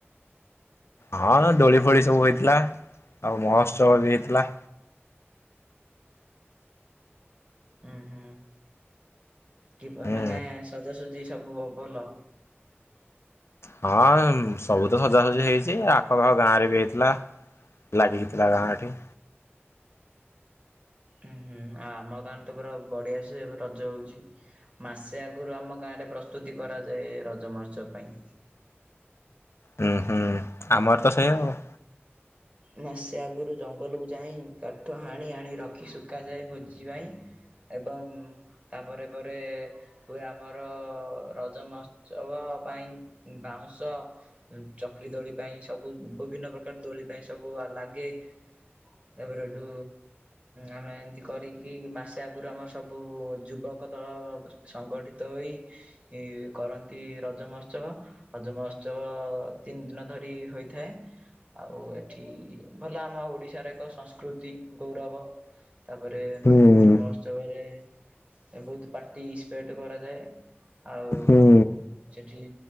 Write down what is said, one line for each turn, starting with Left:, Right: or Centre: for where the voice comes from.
Left: ହଁ ଦୋଳି ଫୋଳି ସବୁ ହେଇଥିଲା ଆଉ ମହୋତ୍ସବ ବି ହେଇଥିଲା।
Right: ହୁ ହୁଁ। କି
Left: ହୁଁ
Right: ମାନେ ସଜାସଜି ଆଜି ସବୁ ଭଲ।
Left: ହଁ ସବୁ ତ ସଜାସଜି ହେଇଛି ଆଖପାଖ ଗାଁରେ ବି ହେଇଥିଲା ଲାଗିକି ଥିଲା ଗାଁଠି
Right: ଉଁ ହୁଁ ଆଉ ଆମ ଗାଁରେ ତ ପୁରା ବଢିଆ ସେ ରଜ ହଉଛି ମାସେ ଆଗରୁ ଆମ ଗାଁରେ ପ୍ରସ୍ତୁତି କରାଯାଏ ରଜ ମହର୍ସ ପାଇଁ
Left: ହୁଁ ହୁଁ ଆମର ତ ସେଇ ହବ।
Right: ମାସେ ଆଗରୁ ଜଙ୍ଗଲକୁ ଯାଇ କାଠ ହାଣି ଆଣି ରଖି ଶୁଖାଯାଏ ଭୋଜି ପାଇଁ ଏବଂ ତାପରେ ପରେ ପୁଏ ଆମର ରଜମସ ପାଇଁ ବାଉଁଶ ଚକଲି ଦୋଳି ପାଇଁ ସବୁ ବିଭିନ୍ନ ପ୍ରକାର ଦୋଳି ପାଇଁ। ସବୁ ଲାଗେ ତାପରେ ଏଠୁ ଆମେ ଏମିତି କରିକି ମାସେ ଆଗରୁ ଆମ ସବୁ ଯୁବକ ଦଳ ସଂଗଠିତ ହୋଇ କରନ୍ତି ରଜ ମହୋତ୍ସବ ରଜ ମହୋତ୍ସବ ତିନି ଦିନ ଧରି ହୋଇଥାଏ ଆଉ ଏଠି ଭଲ ଆମ ଓଡ଼ିଶାର ଏକ ସଂସ୍କୃତି ଗୌରବ। ତାପରେ
Left: ହୁଁ
Right: ମତ୍ସ୍ୟବରେ ବହୁତ ପାଟି ସ୍ପେଟ କରାଯାଏ। ଆଉ
Left: ହୁଁ
Right: ସେଠି